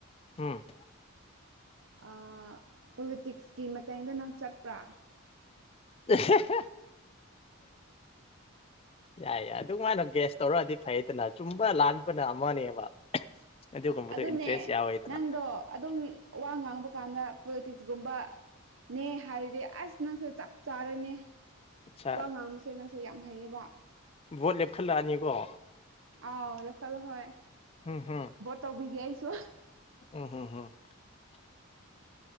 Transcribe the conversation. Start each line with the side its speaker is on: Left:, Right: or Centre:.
Left: ꯎꯝ
Right: ꯑꯩ ꯄꯣꯂꯤꯇꯤꯛꯁꯀꯤ ꯃꯇꯦꯡꯗ ꯅꯪ ꯆꯠꯄ꯭ꯔꯥ
Left: ꯍꯥꯍꯥꯍꯥ ꯌꯥꯏꯌꯦ ꯑꯗꯨꯃꯥꯏꯅ ꯒ꯭ꯦꯁ ꯇꯧꯔꯛꯑꯗꯤ ꯐꯩꯗꯅ ꯆꯨꯝꯕ ꯂꯥꯟꯕꯅ ꯑꯃꯅꯦꯕ ꯑꯗꯨꯒꯨꯝꯕꯗꯣ
Right: ꯑꯗꯨꯅꯦ
Left: ꯏꯟꯇꯔꯦꯁ ꯌꯥꯎꯋꯦꯗꯅ
Right: ꯅꯪꯗꯣ ꯑꯗꯨꯝ ꯋꯥ ꯉꯥꯡꯕ ꯀꯥꯟꯗ ꯄꯣꯂꯤꯇꯤꯛꯁꯀꯨꯝꯕ ꯅꯦ ꯍꯥꯏꯔꯗꯤ ꯑꯁ ꯅꯪꯁꯦ ꯆꯞ ꯆꯥꯔꯦꯅꯦ
Left: ꯑꯠꯁꯥ
Right: ꯋꯥ ꯉꯥꯡꯕꯁꯦ ꯅꯪꯁꯦ ꯌꯥꯝ ꯍꯩꯌꯦꯕ
Left: ꯕꯣꯠ ꯂꯦꯞꯈꯠꯂꯛꯑꯅꯤꯀꯣ
Right: ꯑ ꯂ ꯀꯂꯣ ꯍ <inaudible>
Left: ꯍꯝ ꯍꯝ
Right: ꯇꯧꯕꯤꯒꯦ ꯑꯩꯁꯨ
Left: ꯑꯣ ꯍꯣ ꯍꯝ